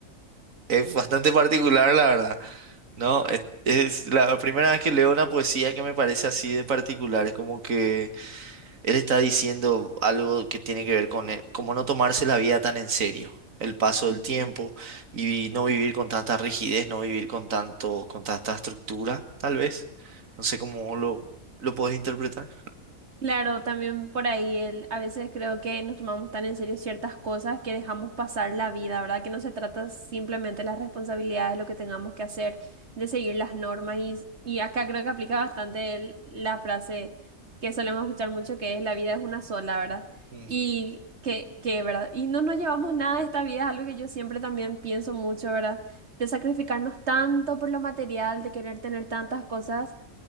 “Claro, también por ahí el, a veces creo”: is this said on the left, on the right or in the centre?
Right